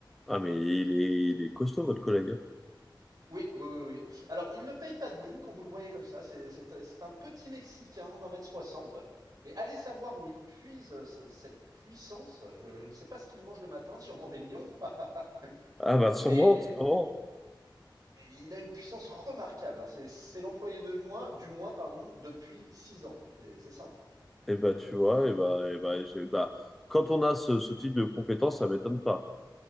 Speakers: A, in the centre; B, on the right (about 45°).
A: ah mais il est, il est costaud, votre collègue. hein.
B: Oui, oui, oui, oui. Alors, il ne paye pas de mine quand vous le voyez comme ça. C'est c'est un c'est un petit Mexicain d'un mètre soixante. Mais allez savoir où il puise euh, ce- cette puissance. Je, je ne sais pas ce qu'il mange le matin, sûrement des lions. <laughs>
A: Ah bah,
B: Mais,
A: sûrement, sûrement.
B: mais il a une puissance remarquable. hein. C'est c'est l'employé de mois, du mois, pardon, depuis six ans. C'est c'est simple.
A: Et bah, tu vois, et bah, et bah, j'ai- bah, quand on a ce, ce type de compétences, ça m'étonne pas.